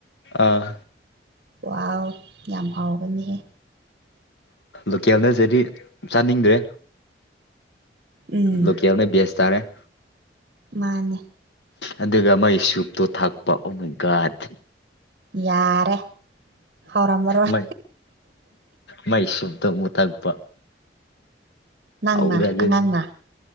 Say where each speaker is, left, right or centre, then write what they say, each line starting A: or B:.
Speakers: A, on the left; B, on the right.
A: ꯑꯥ
B: ꯋꯥꯎ ꯌꯥꯝ ꯍꯥꯎꯒꯅꯤꯍꯦ
A: ꯂꯣꯀꯦꯜꯅꯁꯦꯗꯤ ꯆꯥꯅꯤꯡꯗ꯭ꯔꯦ
B: ꯎꯝ
A: ꯂ ꯀꯅꯦꯁ ꯇꯔꯦ
B: ꯃꯥꯅꯦ
A: ꯑꯗꯨꯒ ꯃꯩ ꯆꯨꯞꯇꯣ ꯊꯥꯛꯄ ꯑꯃꯣꯏ ꯒꯥꯗ
B: ꯌꯥꯔꯦ ꯍꯥꯎꯔꯝꯃꯔꯣꯏ
A: ꯃꯩ ꯃꯥꯏ ꯁꯨꯞꯇ ꯑꯃꯨ ꯊꯥꯛꯄ
B: ꯅꯪꯅ
A: ꯎꯔꯒꯅꯤ
B: ꯑꯉꯥꯡꯅ